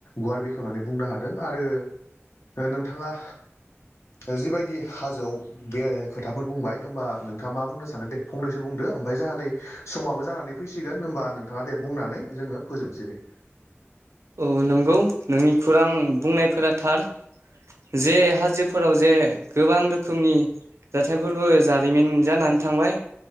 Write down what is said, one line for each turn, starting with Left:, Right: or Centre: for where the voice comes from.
Left: गुवार बेखेवनानै बुंनो हादों आरो नोंथांङा
Right: <inaudible>
Left: जिबायदि हाजोआव बेरायनायनि खोथाफोर बुंबाय होमबा नोंथाङा मा बुंनो सानो दे फंनैसो बुंदों ओमाय जाह नानि समाबो जानानै फैसिगोन होमबा नोंथांङा दे बुंनानै जोंङो फोजोबनोसै दे
Right: औ नंगौ नोंनि खौरां बुंनायफोरा थार जे हाजोफोराव जे गोबां रोखोमनि जाथायफोरबो जारिमिन जानानै थांबाय